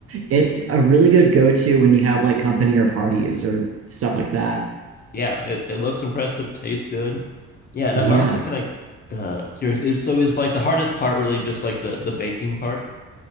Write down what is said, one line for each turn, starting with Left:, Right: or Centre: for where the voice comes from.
Right: it's a really good go-to when you have like company or parties or stuff like that.
Left: Yeah, it, it looks impressive, tastes good. Yeah, and
Right: Yeah.
Left: I'm also kind of uh curious is so is like the hardest part really just like the the baking part?